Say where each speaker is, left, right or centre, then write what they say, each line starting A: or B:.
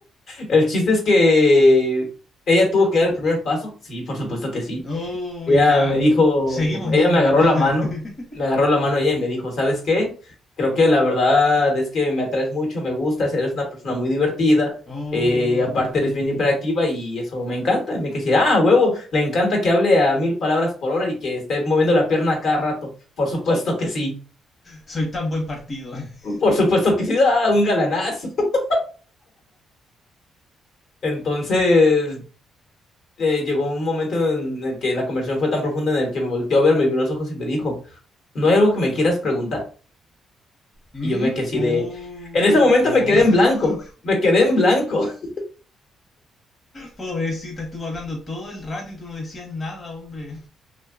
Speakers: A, on the left; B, on the left.
A: el chiste es que ella tuvo que dar el primer paso, sí, por supuesto que sí.
B: Oh,
A: Ella
B: ya.
A: me dijo,
B: Seguimos muy
A: ella
B: mal.
A: me agarró
B: <laughs>
A: la mano, me agarró la mano ella y me dijo, ¿sabes qué? Creo que la verdad es que me atraes mucho, me gustas, eres una persona muy divertida,
B: Oh,
A: eh, aparte eres bien hiperactiva y eso me encanta. Y me quedé, así, ah, huevo, le encanta que hable a mil palabras por hora y que esté moviendo la pierna a cada rato, por supuesto que sí.
B: soy tan buen partido. <laughs>
A: Por supuesto que sí, da un galanazo. <laughs> Entonces, eh, llegó un momento en el que la conversación fue tan profunda en el que me volteó a ver, me vio los ojos y me dijo, ¿no hay algo que me quieras preguntar?
B: Mm,
A: Y yo me quedé así
B: oh,
A: de... En ese momento
B: oh.
A: me quedé en blanco,
B: <laughs>
A: me quedé en blanco. <laughs>
B: Pobrecita, estuvo hablando todo el rato y tú no decías nada, hombre.